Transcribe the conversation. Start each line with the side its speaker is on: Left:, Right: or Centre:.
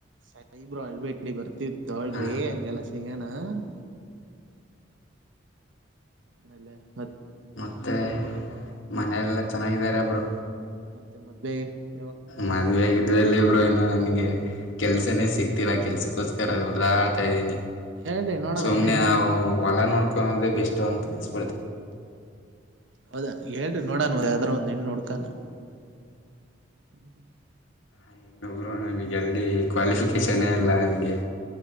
Right: ಸ <unintelligible> ಇಬರು ಅಳ್ಬೇಡಿ ಬರ್ತಿದ ತಗೋಳ್ರಿ
Left: ಹಾಂ
Right: ಹಂಗೆಲ್ಲ <unintelligible> ಲ <unintelligible>
Left: ಮತ್ತೆ ಮನೆಯಲ್ಲ <unintelligible> ಚೆನ್ನಾಗಿದ್ದಾರೆ ಬ್ರೋ
Right: ಮತ್ತೆ ಮದುವೆ <unintelligible>
Left: ಮದವೆ <unintelligible> ಎಲ್ಲಿ ಬ್ರೋ ಇನೋ <unintelligible> ನನಗೆ ಕೆಲ್ಸನೇ ಸಿಗ್ತಿಲ್ಲ <unintelligible> ಕೆಲ್ಸಕ್ಕೋಸ್ಕರ ಹೊಡ್ದಾಡ್ತ <unintelligible> ಇದ್ದೀನಿ
Right: ಹೇಳ್ರಿ ನೋಡೋಣ
Left: ಸುಮ್ನೆ
Right: ಒಂದ್ ಹೆಣ್ಣು
Left: ನಾವು ಹೊಲ ನೋಡ್ಕ ಕೊನೊಡೆ ಬೆಸ್ಟ್ ಅಂತ ಅನ್ಸ್ <unintelligible>
Right: ಹೌದಾ ಹೇಳ್ರಿ ನೋಡಣ ಯಾವ್ದ್ ಆದ್ರೂ ಒಂದ್ ಹೆಣ್ಣು ಹುಡ್ಕಾನ ಹ್ಮ್ ಹ್ಮ
Left: <unintelligible> ಬ್ರೋ ನಮಗೆಲ್ಲಿ ಕ್ವಾಲಿಫಿಕೇಶನೇ ಇಲ್ಲ ನನಗೆ